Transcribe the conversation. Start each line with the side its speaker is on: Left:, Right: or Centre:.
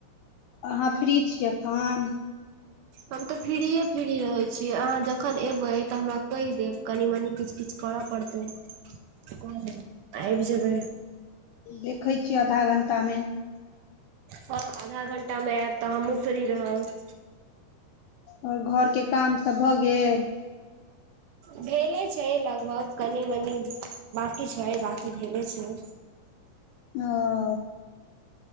Left: अहाँ फ्री छियै एखन?
Right: हम त फ्रीये फ्री रहै छीयै अहाँ जखन एबै त हमरा कहि देब कनि मनी किछ किछ करऽ पड़तै आबि जेबै।
Left: देखैत छियै आधा घंटा मे।
Right: हँ आधा घंटामें आयब त हमहूँ फ्री रहब।
Left: आओर घर के काम सब भ गेल?
Right: भेले छैय लगभग कनि मनी बकी छैय बाकी भेले छैय।
Left: ओ